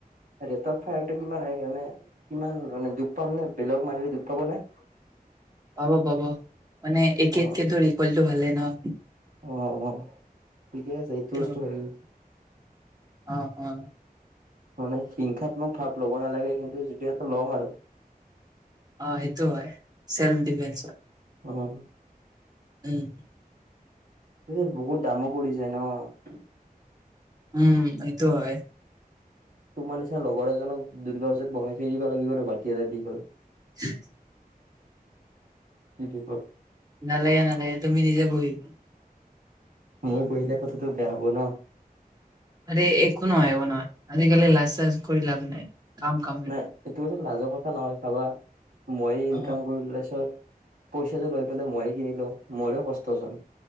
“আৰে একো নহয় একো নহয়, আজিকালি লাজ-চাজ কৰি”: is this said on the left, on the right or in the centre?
Right